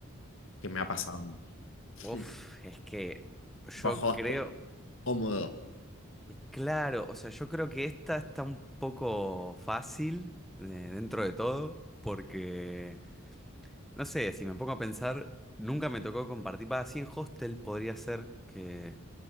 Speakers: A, on the left (about 65°); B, in the centre.
A: que me ha pasado. <laughs>
B: Uf, es que
A: Bajo
B: yo
A: hostel
B: creo,
A: cómodo.
B: claro, o sea, yo creo que esta está un poco fácil eh, dentro de todo, porque... No sé, si me pongo a pensar, nunca me tocó compartir. Va, así en hostel podría ser que,